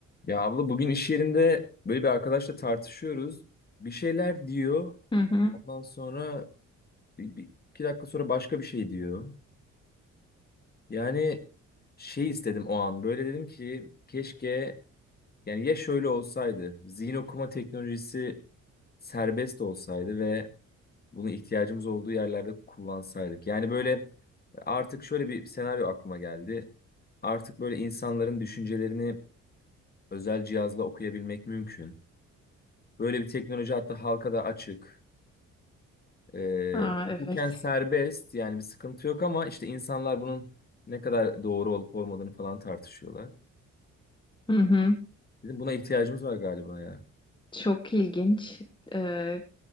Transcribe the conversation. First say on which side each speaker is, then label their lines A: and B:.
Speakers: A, on the left; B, on the left.
A: Ya abla bugün iş yerinde böyle bir arkadaşla tartışıyoruz. Bir şeyler diyor.
B: Hı hı.
A: Ondan sonra bir, bir- iki dakika sonra başka bir şey diyor. Yani şey istedim o an. Böyle dedim ki keşke yani ya şöyle olsaydı. Zihin okuma teknolojisi serbest olsaydı ve bunu ihtiyacımız olduğu yerlerde kullansaydık. Yani böyle artık şöyle bir senaryo aklıma geldi. Artık böyle insanların düşüncelerini özel cihazla okuyabilmek mümkün. Böyle bir teknoloji hatta halka da açık. Ee,
B: Aa,
A: hukuken
B: evet.
A: serbest yani bir sıkıntı yok ama işte insanlar bunun ne kadar doğru olup olmadığını falan tartışıyorlar.
B: Hı hı.
A: Dedim buna ihtiyacımız var galiba ya.
B: Çok ilginç. Ee,